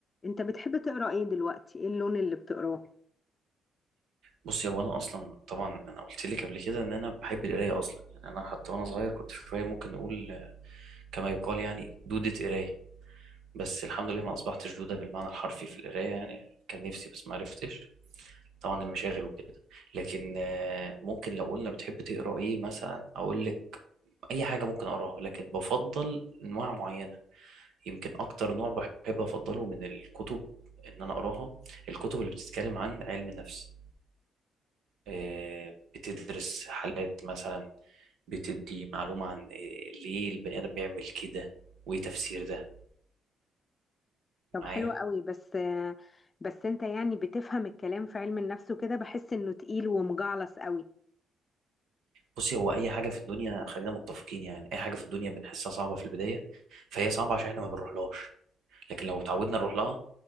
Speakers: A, on the left; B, on the right.
A: انت بتحب تقرا ايه دلوقتي ايه اللون اللي بتقراه
B: بصي هو انا اصلا طبعا انا قلت لك قبل كده ان انا بحب القرايه اصلا يعني انا حتى وانا صغير كنت شويه ممكن نقول آه، كما يقال يعني دودة قرايه بس الحمد لله ما اصبحتش دوده بالمعنى الحرفي في القرايه يعني كان نفسي بس ما عرفتش طبعا المشاغل وكده لكن آه، ممكن لو قلنا بتحب تقرا ايه مثلا اقول لك اي حاجه ممكن اقراها لكن بفضل انواع معينه يمكن اكتر نوع بحب افضله من الكتب ان انا اقراها الكتب اللي بتتكلم عن علم النفس آه، بتدرس حالات مثلا بتدي معلومة عن آه، ليه البني آدم بيعمل كده وإيه تفسير ده
A: طب
B: معايا
A: حلو قوي بس بس انت يعني بتفهم الكلام في علم النفس وكده بحس انه تقيل ومجعلص قوي
B: بصي هو أي حاجة في الدنيا خلينا متفقين يعني أي حاجة في الدنيا بنحسها صعبة في البداية فهي صعبة عشان إحنا ما بنروحلهاش لكن لو اتعودنا نروح لها